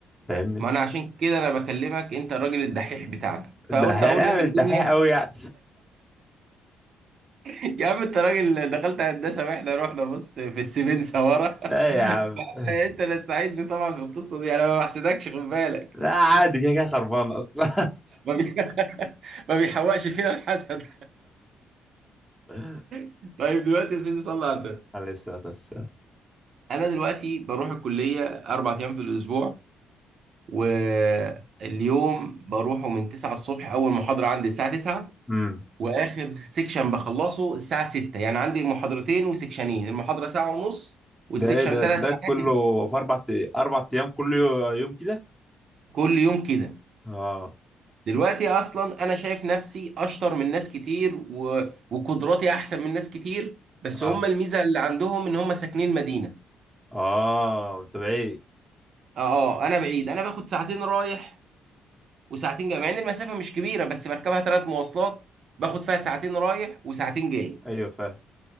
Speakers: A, in the centre; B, on the right.
A: فاهمني
B: ما انا عشان كده انا بكلمك انت الراجل الدحيح بتاعنا
A: ده
B: فقلت
A: هيعمل
B: اقول لك الدنيا
A: دحيح قوي يعني
B: <laughs> يا عم انت راجل دخلت هندسه واحنا رحنا بص في السيفين سوارة
A: لا
B: <laughs>
A: يا عم <laughs>
B: فانت اللي تساعدني طبعا في القصه دي انا ما بحسدكش خد بالك
A: لا عادي كده كده خربان اصلا
B: ما بي... <laughs> ما بيحوقش فينا الحسد
A: <laughs>
B: <laughs> طيب دلوقتي يا سيدي صلى على النبي
A: عليه الصلاة والسلام
B: انا دلوقتي بروح الكليه اربع ايام في الاسبوع واليوم بروحه من 9 الصبح اول محاضره عندي الساعه 9
A: امم
B: واخر سيكشن بخلصه الساعه 6 يعني عندي محاضرتين وسيكشنين المحاضره ساعه ونص والسيكشن
A: ده ايه ده
B: ثلاث
A: ده
B: ساعات
A: كله في اربع اربع ايام كل يو- يوم كده
B: كل يوم كده
A: اه
B: دلوقتي اصلا انا شايف نفسي اشطر من ناس كتير و... وقدراتي احسن من ناس كتير بس
A: اه
B: هم الميزه اللي عندهم ان هم ساكنين مدينه
A: اه انت بعيد
B: اه آه، انا بعيد انا باخد ساعتين رايح وساعتين جاي مع ان المسافه مش كبيره بس بركبها ثلاث مواصلات باخد فيها ساعتين رايح وساعتين جاي
A: ايوه فاهم